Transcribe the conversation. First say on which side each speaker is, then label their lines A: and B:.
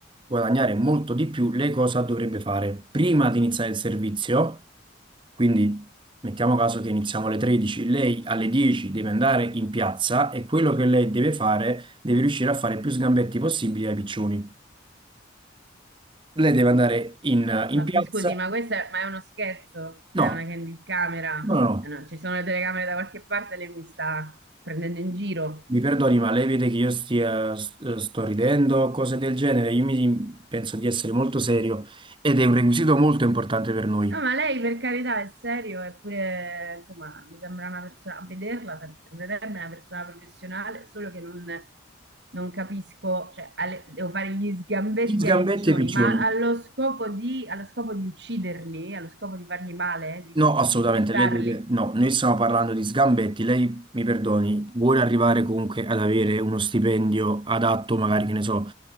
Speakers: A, on the right; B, on the right.
A: guadagnare molto di più, lei cosa dovrebbe fare? Prima di iniziare il servizio, quindi mettiamo caso che iniziamo alle 13, lei alle 10 deve andare in piazza e quello che lei deve fare deve riuscire a fare più sgambetti possibili ai piccioni. Lei deve andare in, in
B: Ma
A: No. piazza.
B: mi scusi, ma questo è, ma è uno scherzo?
A: No,
B: È una candy camera?
A: no, no, no,
B: Eh no, ci sono le telecamere da qualche parte, lei mi sta prendendo in giro.
A: mi perdoni, ma lei vede che io stia, s- eh, sto ridendo, cose del genere. Io mi, penso di essere molto serio ed è un requisito molto importante per noi.
B: No, ma lei per carità è serio, eppure, insomma, mi sembra una persona, a vederla sem- sembrerebbe una persona professionale, solo che non, non capisco, cioè, alle- devo fare gli sgambetti
A: Gli sgambetti
B: ai piccioni,
A: e i piccioni.
B: ma allo scopo di, allo scopo di ucciderli, allo scopo di fargli male, eh, di,
A: No,
B: di-
A: assolutamente,
B: di fettarli.
A: lei deve... No, noi stiamo parlando di sgambetti. Lei, mi perdoni, vuole arrivare comunque ad avere uno stipendio adatto, magari, che ne so,